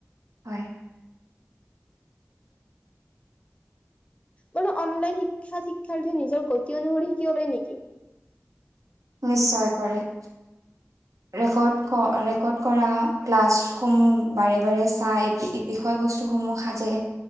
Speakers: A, on the right (about 80°); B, on the left (about 25°).
A: হয়।
B: বোলো অনলাইন শিক্ষাত শিক্ষাৰ্থীয়ে নিজৰ গতি অনুসৰি শিকিব পাৰে নেকি?
A: নিশ্চয় কৰে। <inaudible> ৰেকৰ্ড ক ৰেকৰ্ড কৰা ক্লাছসমূহ বাৰে বাৰে চাই বিষয়বস্তুসমূহ সাজে